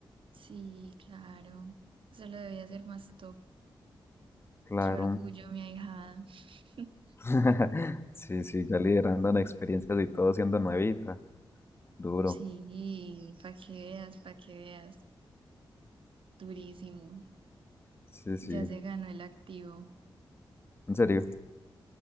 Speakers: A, on the right; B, on the left.
A: Sí, claro. Eso lo debía ser más top.
B: Claro.
A: Qué orgullo, mi ahijada. <laughs>
B: <laughs> Sí, sí, ya liderando en experiencias y todo siendo nuevita. Duro.
A: Sí, para que veas, para que veas. Durísimo.
B: Sí, sí,
A: Ya se ganó el activo.
B: en serio.